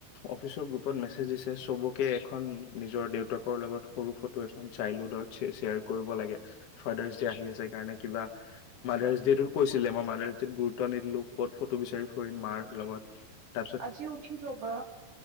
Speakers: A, on the left; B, on the right.
A: অফিচৰ গ্ৰুপত মেছেজ দিছে। চবকে এখন নিজৰ দেউতাকৰ লগত সৰু ফটো এখন চাইল্ডহুডত শ্বেয়াৰ কৰিব লাগে ফাদাৰ্চ দে আহি আছে সেই কাৰণে কিবা মডাৰ্চ ডে টোত কৈছিলে মই মডাৰ্চ ডেত গুৰুত্ব নিদিলো ক'ত ফটো বিচাৰি ফটো মাৰ লগত। তাৰপিছত
B: আজি উঠি থবা